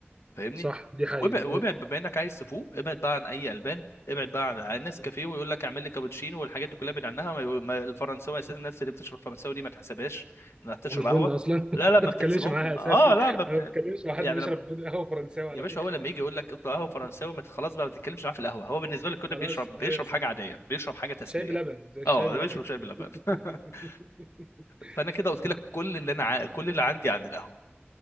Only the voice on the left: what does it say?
فاهمني
وابعد وابعد بما انك عايز تفوق ابعد بقى عن اي البان ابعد بقى عن عن ناس
كافيه ويقول لك اعمل لي كابتشينو والحاجات دي كلها ابعد عنها ما يقول- ما الفرنساوي اساسا الناس اللي بتشرب فرنساوي دي ما تحسبهاش انها بتشرب
قهوه
لا
لا ما
بتحسبهم
اه لا ما بت...
يعني
يا
باشا
هو لما يجي يقول لك اطلع قهوه فرنساوي
ما ت- خلاص بقى ما تتكلمش معاه في القهوه هو بالنسبه لك كده
بيشرب
بيشرب
حاجه عاديه بيشرب حاجه تسليه
اه
بيشرب
شاي بلبن <laughs>
فانا كده قلت لك كل اللي انا ع... كل اللي عندي عن القهوه